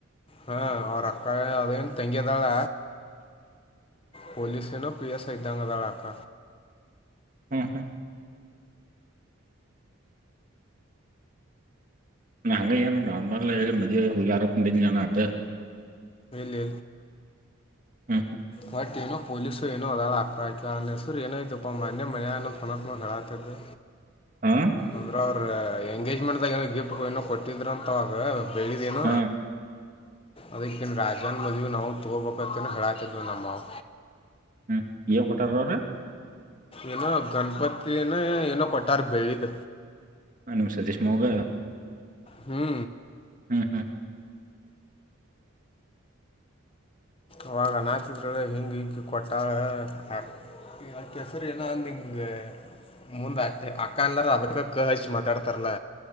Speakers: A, on the left; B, on the right.
A: ಹಾ ಅವರ ಅಕ್ಕಾ ಅದನು ತಂಗಿಯ ಅಲ್ಲ ಪಲೀಸನೋ ಪ್ರಿಯ ಸಿದ್ಧಾಂಗದಳಕ್ಕ
B: ಹಾ ಹಾ ಹಂಗಗೆನ ನಾರ್ಮಲ್ ಹುಜಾರಂಡಲಿ ಜನ ಅಂತ
A: ಲ
B: ಹ್ಮ್ ಹ್ಮ
A: ವಟ್ನ ಪಲಸುನ ಅಾರ ಆ ಅ ನಸು ನ ಇಐತ ಮ ಮನ ಸನತ್ ಗಡಾತ ಹ
B: ಹಾ
A: ಅವರು ಎಂಗೇಜ್ಮೆಂಟ್ದಾಗ ಏನೋ ಗಿಫ್ಟ್ ಏನೋ ಕೊಟ್ಟಿದರು ಅಂತವಾಗ ಬೆಳಿದೆನ
B: ಹಾ
A: ಅದಕ್ಕನ್ ರಾಜನ್ ಮದ್ವಿ ನಾವು ತಗೋಬೇಕ ಹೇಳಾ ದ ನಮ್ಮವು
B: ಹ್ಮ್ ಏನ್ ಕೊಟ್ಟಾರ ಅವರು
A: ಏನೋ ಗಣಪತಿನ ಏನೋ ಕೊಟ್ಟಾರ ಬೆಳ್ಳಿದ
B: ಹ ನಮ ಸತೀಶ್ ಮೋೋಗ
A: ಹ್ಞೂ
B: ಹ್ಮ್ ಹ್ಮ್
A: ಅವಾಗನಾತಿದ್ರ ಹಿಂಗ ಹ ಕೊಟ್ಟಕಸರಿ ಏನ ಅಂದ ಹಿಂಗ ಮುಂದ್ ಆತಿ ಅಕ್ಕ ಅಲ್ಲಾರ ಅದಕ್ಕ ಕ ಹಚ್ಚಿ ಮಾತಾಡ್ತಾರಲ್ಲ